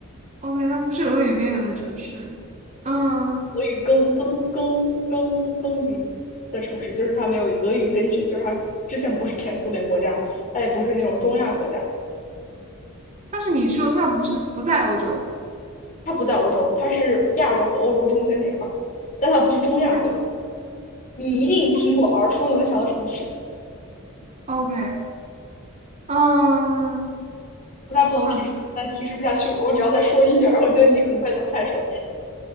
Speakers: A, on the right; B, on the left.
A: OK，它不是俄语边缘的城市。嗯，
B: 俄语耕耕耕耕耕耘的城市，就是它没有俄语根据，就是它之前不是前苏联国家，它也不是那种中亚国家，
A: 但是你说它不是不在欧洲，
B: 它不在欧洲，它是亚洲和欧洲中间那块儿，但它不是中亚国家。
A: 亚洲
B: 你一定听过耳熟能详的城市，
A: 嗯 OK，嗯，
B: 再不能提示，
A: 二
B: 再提示不下去了。我只要再说一点儿，我觉得你很快就能猜出来。